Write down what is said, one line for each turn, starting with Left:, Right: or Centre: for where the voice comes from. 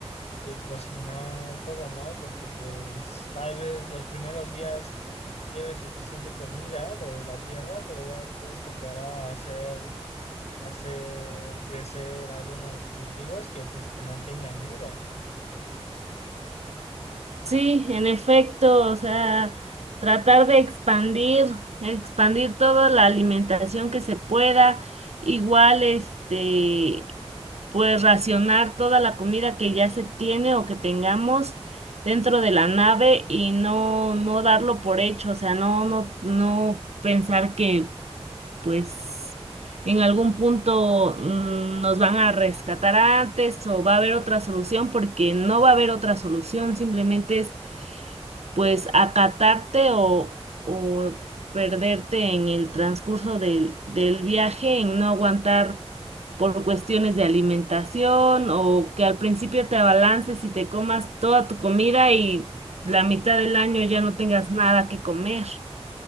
Left: eh, cocinar, todo, ¿no? Porque pues tal vez los primeros días lleves suficiente comida de la tierra, pero ya después tocará hacer, hacer crecer algunos cultivos que pues te mantengan viva.
Right: Sí, en efecto, o sea, tratar de expandir, expandir toda la alimentación que se pueda, igual este, pues racionar toda la comida que ya se tiene o que tengamos dentro de la nave y no, no darlo por hecho, o sea, no, no, no pensar que pues en algún punto mm, nos van a rescatar antes o va a haber otra solución, porque no va a haber otra solución, simplemente es pues acatarte o, o perderte en el transcurso del, del viaje, en no aguantar por cuestiones de alimentación o que al principio te abalances y te comas toda tu comida y la mitad del año ya no tengas nada que comer.